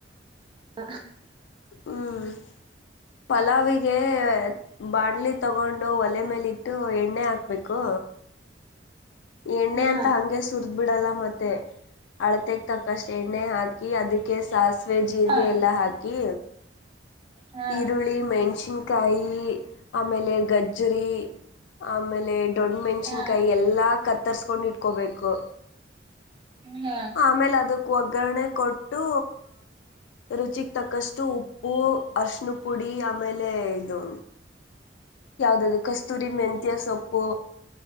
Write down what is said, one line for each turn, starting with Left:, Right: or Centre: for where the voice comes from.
Right: ಹ
Left: ಹ್ಮ್ ಪಲಾವಿಗೆ ಬಾಣ್ಲಿ ತಗೊಂಡು ಒಲೆ ಮೇಲಿ ಇಟ್ಟು ಎಣ್ಣೆ ಹಾಕ್ಬೇಕು ಎಣ್ಣೆ
Right: ಹಾ
Left: ಅಂತ ಹಂಗೆ ಸುರ್್ದ ಬಿಡಲ್ಲ ಮತ್ತೆ ಮತ್ತು ಅಳತೆಗೆ ತಕ್ಕಷ್ಟು ಎಣ್ಣೆ ಹಾಕಿ ಅದಕ್ಕೆ ಸಾಸಿವೆ ಜೀರಿಗೆ
Right: ಹಾ
Left: ಎಲ್ಲ ಹಾಕಿ
Right: ಹಾ
Left: ಈರುಳ್ಳಿ ಮೆಣ್ಸಿನ್ಕಾಯಿ ಆಮೇಲೆ ಗಜ್ಜರಿಿ ಆಮೇಲೆ ದೊಣ ಮೆಣ್ಸಿನ್ಕಾಯಿ
Right: ಹಾ
Left: ಎಲ್ಲ ಕತ್ತ ತರ್ಸ್ಕೊಂಡು ಇಟ್ಕೋಬೇಕು
Right: ಹಾ
Left: ಆಮೇಲೆ ಅದು ಒಗ್ಗರಣೆ ಕೊಟ್ಟು ರುಚಿಗೆ ತಕ್ಕಷ್ಟು ಉಪ್ಪು ಅರ್ಶನ ಪುಡಿ ಆಮೇಲೆ ಇದು ಯಾವ್ದ್ದು ಕಸ್ತೂರಿ ಮೆಂತಿಯ ಸೊಪ್ಪು